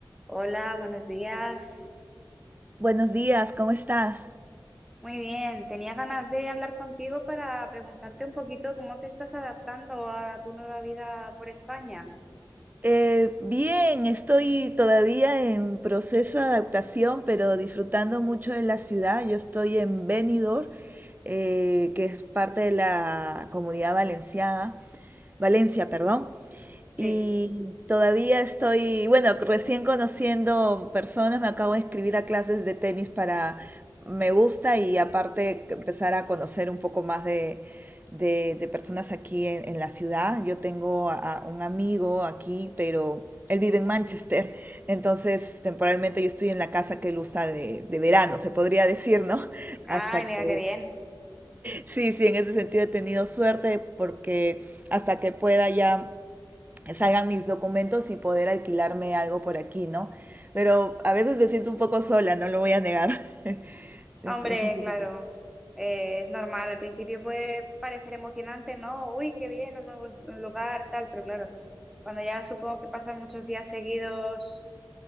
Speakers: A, in the centre; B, on the right (about 20°).
A: Hola, buenos días.
B: Buenos días, ¿cómo estás?
A: Muy bien, tenía ganas de hablar contigo para preguntarte un poquito cómo te estás adaptando a tu nueva vida por España.
B: Eh, bien, estoy todavía en proceso de adaptación, pero disfrutando mucho de la ciudad. Yo estoy en Benidorm, eh, que es parte de la Comunidad Valenciana, Valencia, perdón. Y
A: Sí.
B: todavía estoy, bueno, recién conociendo personas, me acabo de inscribir a clases de tenis para, me gusta y aparte que empezar a conocer un poco más de, de- de personas aquí en, en la ciudad. Yo tengo a, a un amigo aquí, pero él vive en Manchester, entonces temporalmente yo estoy en la casa que él usa de, de verano, se podría decir, ¿no? <laughs>
A: Ay,
B: Hasta
A: mira
B: que,
A: qué bien.
B: sí, sí, en ese sentido he tenido suerte porque hasta que pueda ya salgan mis documentos y poder alquilarme algo por aquí, ¿no? Pero a veces me siento un poco sola, no lo voy a negar. <laughs> Es,
A: Hombre,
B: es un proceso.
A: claro, eh, es normal. Al principio puede parecer emocionante, ¿no? Uy, qué bien, un nuevo un lugar, tal, pero claro, cuando ya supongo que pasan muchos días seguidos,